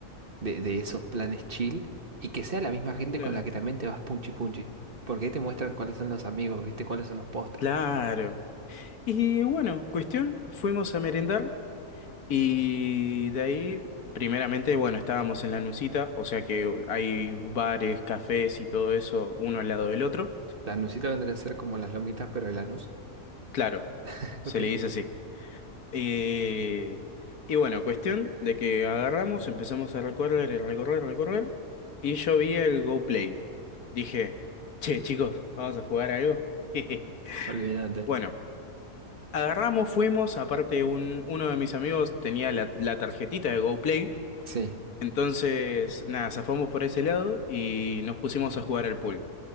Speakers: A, on the right; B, on the left.
A: de, de esos planes chill y que sea la misma gente
B: Claro.
A: con la que también te vas punchi punchi. Porque ahí te muestran cuáles son los amigos, ¿viste? Cuáles son los postas.
B: Claro. Y bueno, cuestión, fuimos a merendar y de ahí, primeramente, bueno, estábamos en la Nusita, o sea que hay bares, cafés y todo eso, uno al lado del otro.
A: La anusita vendría a ser como las lomitas, pero el anus.
B: Claro,
A: <laughs>
B: se
A: Ok.
B: le dice así. Eh, y bueno, cuestión de que agarramos, empezamos a recorrer y recorrer, recorrer, y yo vi el Go Play. Dije, che, chicos, vamos a jugar algo. <laughs>
A: Olvídate.
B: Bueno, agarramos, fuimos, aparte un, uno de mis amigos tenía la, la tarjetita de Go Play,
A: Sí.
B: entonces nada, zafamos por ese lado y nos pusimos a jugar al pool.